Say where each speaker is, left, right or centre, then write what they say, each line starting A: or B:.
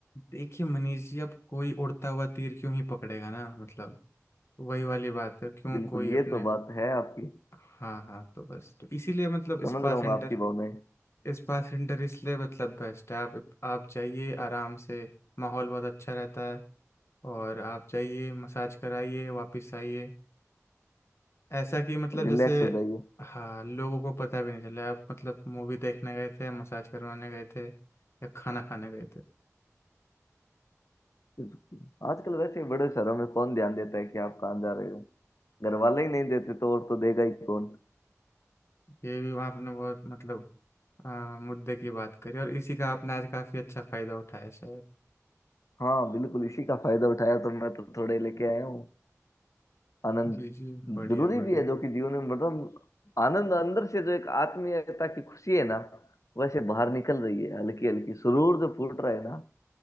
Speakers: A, on the left; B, on the left.
A: देखिए मनीष जी अब कोई उड़ता हुआ तीर क्यों ही पकड़ेगा ना मतलब वही वाली बात है क्यों
B: बिल्कुल
A: कोई
B: ये
A: अपने
B: तो बात है आपकी
A: हाँ हाँ तो बस तो इसीलिए मतलब
B: समझ
A: स्पा
B: रहा
A: सेंटर
B: हूँ मैं आपकी भावनाएं
A: स्पा सेंटर इसलिए मतलब बेस्ट है आप आप जाइए आराम से माहौल बहुत अच्छा रहता है और आप जाइए मसाज कराइए वापस आइए ऐसा कि मतलब
B: रिलैक्स
A: जैसे
B: हो जाइए
A: हाँ लोगों को पता भी नहीं चला आप मतलब मूवी देखने गए थे मसाज करवाने गए थे या खाना खाने गए थे
B: बिल्कुल आजकल वैसे ही बड़े शहरों में कौन ध्यान देता है कि आप कहाँ जा रहे हो घर वाले ही नहीं देते तो और तो देगा ही कौन
A: ये भी आपने बहुत मतलब आ, मुद्दे की बात करी और इसी का आपने आज काफ़ी अच्छा फायदा उठाया शायद
B: हाँ बिल्कुल इसी का फायदा उठाया तो मैं तो थोड़े लेके आया हूँ आनंद
A: जी जी बढ़िया
B: जरूरी
A: बढ़िया
B: भी है जो कि जीवन में मतलब आनंद अंदर से जो एक आत्मीयता की खुशी है ना वैसे बाहर निकल रही है हल्की हल्की सुरूर जो फूट रहा है ना